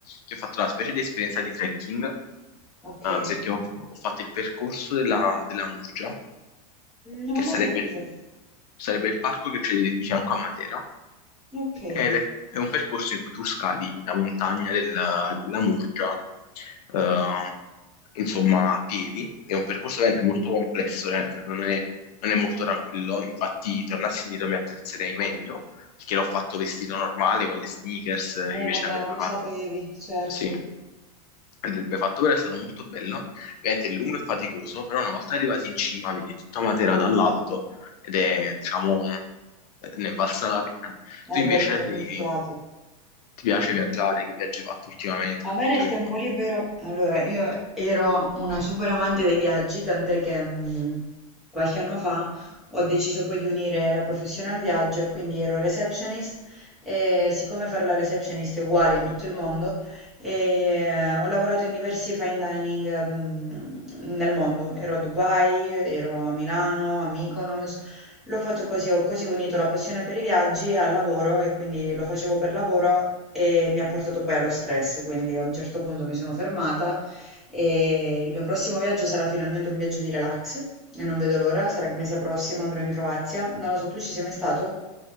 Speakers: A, on the left; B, in the centre.
A: che ho fatto una specie di esperienza di trekking, eh,
B: Ok.
A: perché ho, ho fatto il percorso della, della Murgia,
B: Non
A: che
B: l'ho
A: sarebbe,
B: mai sentito.
A: sarebbe il parco che c'è di fianco a Matera
B: Ok. Eh,
A: è, le- è un percorso in cui tu scali la montagna della, della Murgia, eh, insomma, a piedi. È un percorso veramente molto complesso, nel senso, non è, non è molto tranquillo. Infatti, tornassi indietro mi attrezzerei meglio, perché l'ho fatto vestito normale con le sneakers, eh, invece
B: vabbè,
A: andrebbe
B: non lo
A: fatto,
B: so, certo.
A: sì, andrebbe fatto però è stato molto bello. Ovviamente è lungo e faticoso, però una volta arrivati in cima vedi tutta Matera dall'alto ed è, diciamo, ne valsa la pena. Tu
B: Eh,
A: invece
B: beh, ti toglie
A: sei
B: il fiato.
A: ti piace viaggiare? Che viaggi hai fatto ultimamente?
B: A
A: Raccontami
B: me nel tempo
A: un po'.
B: libero, allora io ero una super amante dei viaggi, tant'è che mh, qualche anno fa ho deciso poi di unire la professione al viaggio e quindi ero receptionist e siccome fare la receptionist è uguale in tutto il mondo, eh, ho lavorato in diversi fine dining mh, nel mondo, ero a Dubai, ero a Milano, a Mykonos, lo faccio così, ho così unito la passione per i viaggi al lavoro e quindi lo facevo per lavoro e mi ha portato poi allo stress, quindi a un certo punto mi sono fermata e il mio prossimo viaggio sarà finalmente un viaggio di relax e non vedo l'ora, sarà il mese prossimo, andrò in Croazia. Non lo so, tu ci sei mai stato?